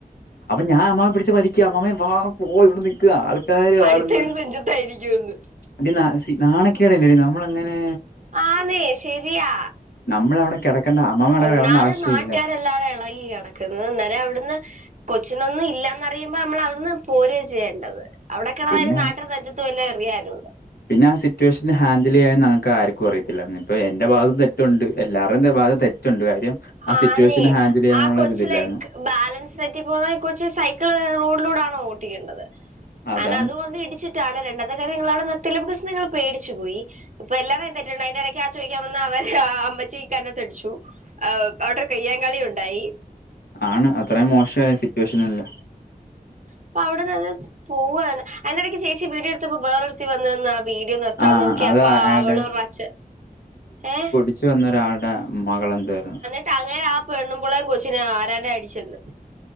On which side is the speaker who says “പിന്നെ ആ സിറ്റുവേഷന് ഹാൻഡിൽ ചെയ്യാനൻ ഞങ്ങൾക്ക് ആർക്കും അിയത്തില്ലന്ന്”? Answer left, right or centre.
Left